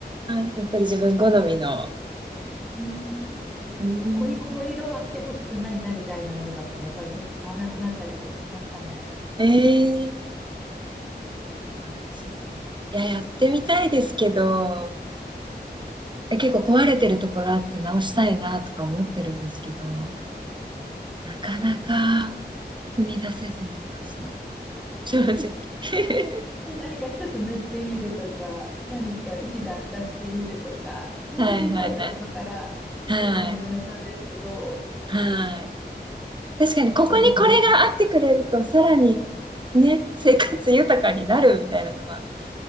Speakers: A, on the right (about 25°); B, in the centre.
A: あ、やっぱり自分好みの。
B: うーん、
A: うーん。
B: ここにこの色は来てほしくないなみたいなものだったら、やっぱりちょっと買わなくなったりとかしましたね。
A: ええなんですね。いや、やってみたいですけど、え結構壊れてるところあって直したいなとか思ってるんですけど、なかなか
B: ええ
A: 踏み出せずにいますね。
B: <laughs>、
A: 正直。<laughs>
B: ね何か一つ塗ってみるとか、何か一段出してみるとか、ほんと小さいところから私も始めたんですけど、
A: はいはいはい。はい。はい。確かに、ここにこれがあってくれると、
B: なんかでも、
A: さらにね、生活豊かになるみたいなのは、